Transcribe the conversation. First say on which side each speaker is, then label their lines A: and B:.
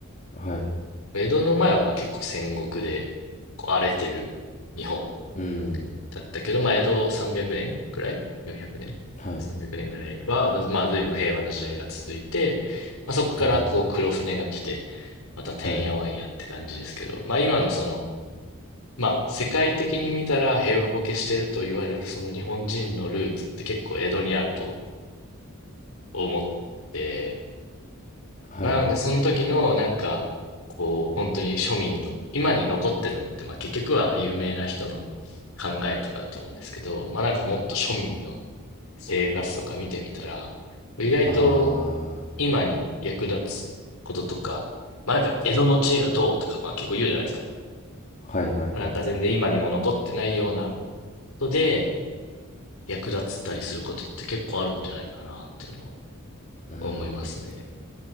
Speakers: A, on the left; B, on the left.
A: はい。
B: 江戸の前はまあ結構戦国でこう荒れてる日本
A: うーん。
B: だったけど、まあ、江戸300年くねんくらい ?400 年
A: はい。
B: ?300 年ぐらいは、まあ、随分平和な時代が続いて、まあ、そこからこう黒船が来て、
A: はい。
B: またてんやわんやって感じですけど、
A: はい。
B: まあ、今のその、まあ、世界的に見たら平和ボケしてると言われるその日本人のルーツって結構江戸にあると思って、
A: はい。
B: まあなので、その時のなんか、こう、本当に庶民の、今に残ってるのって、まあ結局は有名な人の考えとかだと思うんですけど、まあなんかもっと庶民の、生活とか見てみたら、意外と
A: あ
B: 今に役立つこととか、まあなんか江戸の知恵がどうとか、まあ結構言うじゃないですか。
A: ー。はいはいはい。
B: まあなんか全然今にも残ってないようなことで役立つたりすることって結構あるんじゃないかなっていうのは
A: うーん。
B: 思いますね。